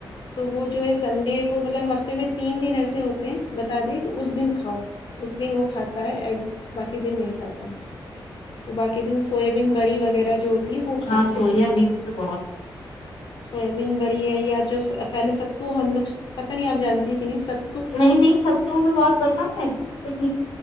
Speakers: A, on the left; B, on the left.
A: تو وہ جو ہے سنڈے کو مطلب ہفتے میں تین دن ایسے ہوتے ہیں بتا دیا کہ اس دن کھاؤ اس دن وہ کھاتا ہے ایگ باقی دن نہیں کھاتا تو باقی دن سویابین بری وغیرہ جو وہ کھاتا
B: ہاں سویا
A: ہے
B: بین تو بہت
A: سویابین بریی ہے یا جو پہلے سکتے تو ہم لوگ پتاہ نہیں آپ جانتی کہ نہیں س
B: نہیں نہیں ستو ہمیں بہت پسند ہے <unintelligible>